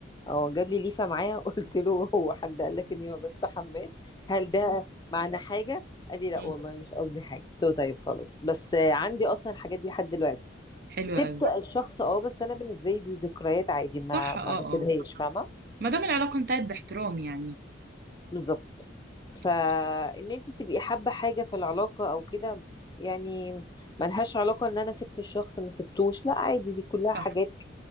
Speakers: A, on the left; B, on the right.
A: اه جاب لي ليفه معايا <laughs> قلت له هو حد قال لك اني ما بستحماش هل ده معنى حاجه قال لي لا
B: مم.
A: والله مش قصدي حاجه قلت له طيب خلاص بس آه، عندي اصلا الحاجات دي لحد دلوقتي
B: حلو
A: سبت
B: قوي
A: الشخص اه بس انا بالنسبه لي دي ذكريات عادي ما
B: صح
A: ما
B: اه
A: بسيبهاش
B: اه
A: فاهمه
B: ما دام العلاقه انتهت باحترام يعني
A: بالظبط فان
B: صح
A: انت تبقي حابه حاجه في العلاقه او كده يعني ملهاش علاقه ان انا سبت الشخص ما سبتوش لا عادي دي كلها حاجات
B: صح